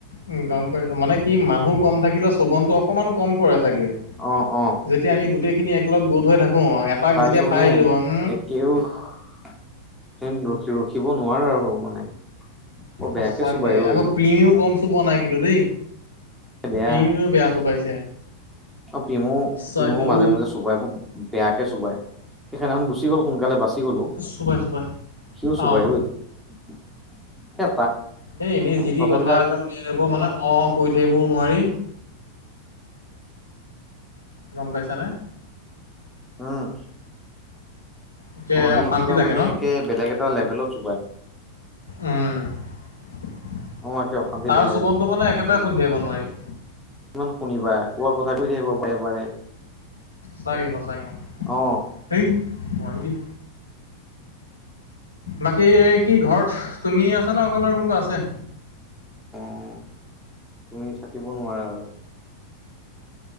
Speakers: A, on the left; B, in the centre.
A: উম, গম পাইছো মানে কি মানুহ কম থাকিলে, চবনতটো অকমান কম পৰে চাগে।
B: অ অ
A: যেতিয়া আমি গোটেইখিনি এককলগ গোট হৈ থাকো। এটাক
B: তাৰপিছত
A: যেতিয়া
B: মানে
A: পাই দিলো উম
B: একেও ৰখি, ৰখিব ন নোৱাৰ আৰু মানে। বৰ
A: সঁচাকে
B: বেয়াকে চোবাই অ
A: আকৌ
B: ই
A: পিও কম চোবনাই কিন্তু দেই।
B: বেয়া
A: পিও বেয়া চোবাইছে।
B: অ, পিমু,
A: সঁচাকে
B: পিমু মাজে,
A: ঐ
B: মাজে চোবাই ব, বেয়াকে চোবাই। সেইখনাখন গুচি গ'ল, সোনকালে বাচি গলো,
A: চোবাই চোবাই
B: সিও চোবাই
A: অঁ।
B: ঐ। <inaudible>
A: সেই এনেই যি, তি
B: কথাবিলাক
A: কথা এগাল শুনি থাকিব মন নাই। অ, কৈ থাকিবও নোৱাৰি। গম পাইছানে।
B: উম।
A: একে
B: অ' এই
A: অশান্তি
B: কিবা
A: লাগে
B: মানে
A: ন?
B: একে বেলেগ এটা লেভেলত চোবাই।
A: উম।
B: অ একে অশান্তি
A: তাৰ
B: লাগি
A: চোবনটো
B: যায়
A: মানে একেবাৰে শুনি থাকিব নোৱাৰি।
B: ইমান শুনিবা কোৱা কথা কৈ থাকিব বাৰে বাৰে।
A: সঁচাকে সঁচাকে
B: অ
A: সেই নোৱাৰি দেই। বাকী কি ঘৰত তুমিয়ে আছা নে অকল আৰু কোনোবা আছে?
B: অ তুমি থাকিব নোৱাৰা আৰু।